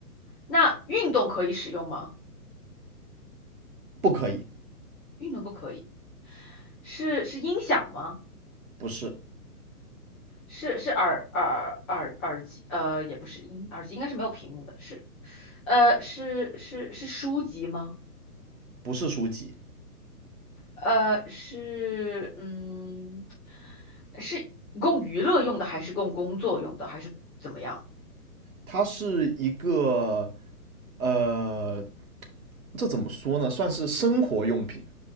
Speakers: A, in the centre; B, on the right.
A: 那运动可以使用吗？
B: 不可以，
A: 运动不可以。是是音响吗？
B: 不是，
A: 是是耳耳耳耳机？呃，也不是音，耳机应该是没有屏幕的。是呃是是是书籍吗？
B: 不是书籍，
A: 呃，是，嗯，是供娱乐用的，还是供工作用的，还是怎么样
B: 它是一个呃这怎么说呢？算是生活用品，